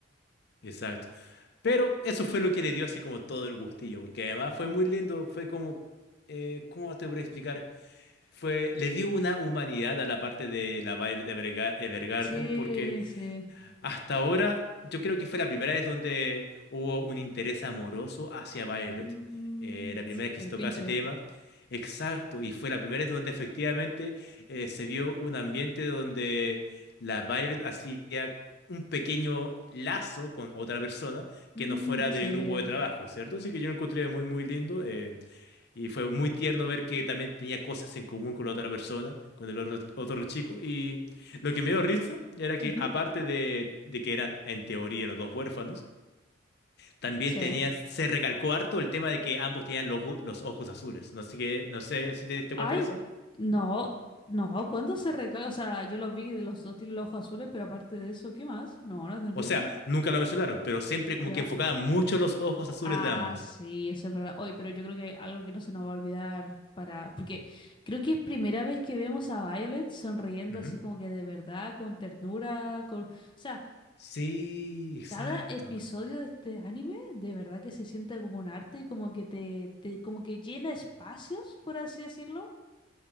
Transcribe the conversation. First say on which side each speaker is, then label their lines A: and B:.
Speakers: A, on the left; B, on the left.
A: exacto. Pero eso fue lo que le dio así como todo el gustillo, porque además fue muy lindo, fue como, eh, ¿cómo te voy a explicar? Fue, le dio una humanidad a la parte de la Violet Evergar- Evergarden,
B: Sí,
A: porque
B: sí.
A: hasta ahora, yo creo que fue la primera vez donde hubo un interés amoroso hacia Violet.
B: Mm,
A: Eh, la primera
B: sí,
A: vez que
B: el
A: se tocaba
B: pinche.
A: ese tema. Exacto, y fue la primera vez donde efectivamente eh, se vio un ambiente donde la Violet hacía un pequeño lazo con otra persona
B: Mm,
A: que no fuera
B: sí.
A: del grupo de trabajo, ¿cierto? Así que yo lo encontré muy, muy lindo. eh, y fue muy tierno ver que también tenía cosas en común con la otra persona, con el otro, otro chico. Y lo que me dio risa era que,
B: Ujú,
A: aparte de, de que eran, en teoría, los dos huérfanos, también
B: sí.
A: tenían, se recalcó harto el tema de que ambos tenían los, ojo- los ojos azules. No sé, que- no sé si te diste
B: Ay,
A: cuenta de eso.
B: no, no, ¿cuándo se recarga? O sea, yo los vi de los dos tienen los ojos azules, pero aparte de eso, ¿qué más? No, no te entiendo.
A: O sea, nunca lo mencionaron, pero siempre como
B: ¿Ya?
A: que enfocaban mucho los ojos azules
B: Ah,
A: de ambos.
B: sí, eso es verdad. Hoy, pero yo creo que algo que no se nos va a olvidar para. Porque creo que es primera vez que vemos a Violet sonriendo
A: Ujú.
B: así como que de verdad, con ternura, con. O sea,
A: Sí, exacto.
B: cada episodio de este anime de verdad que se siente como un arte y como que te, te como que llena espacios, por así decirlo